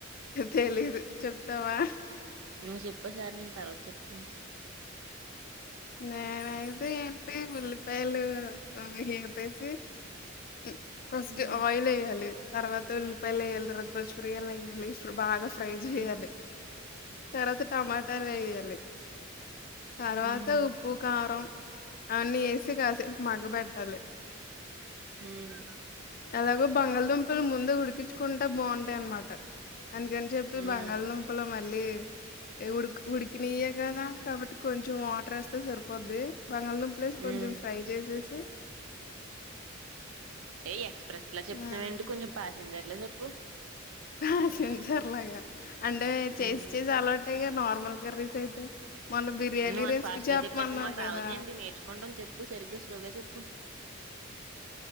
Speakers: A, on the left; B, on the right.
A: తెలీదు చెప్తావా
B: నువ్వు చెప్పసార్ నేను తర్వాత చెప్న
A: నేనయితే ఏంటి ఉల్లిపాయలు, అవి హి ఉప్పేసి హ్మ్ ఫస్ట్
B: ఉమ్
A: ఆయిలేయ్యాలి. తర్వాత ఉల్లిపాయల్లేయ్యాలి. తర్వాత పచ్చిమిరియల్లేయ్యాలి. ఇఫ్రు బాగా ఫ్రైజ్ చెయాల్లె
B: ఉమ్
A: తర్వాత టమాటలే య్యల్ తర్వా
B: ఉమ్
A: తో ఉప్పు కారం అవన్నీ వేసి కాసేపు మగ్గ పెట్టాలి
B: మ్మ్
A: లాగూ బంగాళదుంపలు ముందు ఉడికిచ్చుకుంటే బావుంటాయి అన్నమాట అందుకని చెప్పి
B: ఉమ్
A: బంగాళదుంపలు మ ళ్ళీ ఉడుక్ ఉడికినియ్యే కదా కాబట్టి కొంచ్ రస్త సరిప్ పోద్ది బంగళదుంపలేసి కొంచెం
B: ఉమ్
A: ఫ్రై చేసేసి
B: ఏ ఎక్స్ ప్రెస్ లా చెప్తున్నావేంటి
A: హ్మ్.
B: కొంచెం ఫా సింజర్ లా చెప్పు
A: పాసింజర్ లాగా అంటే చేసి
B: ఉమ్
A: చేసి అలవాట్ టేగా నార్మల్ కర్రీస్ అయితే మొన్న బిర్యానీ
B: నువ్ అంత
A: రెసిపీ
B: ఫాస్ట్
A: చెప్పమన్నావు
B: గా చెప్పేత్తే మాకు రావద్దేంటి
A: కదా
B: నేర్చుకుంటం చెప్పు సరిగ్గా స్లోగా చెప్పు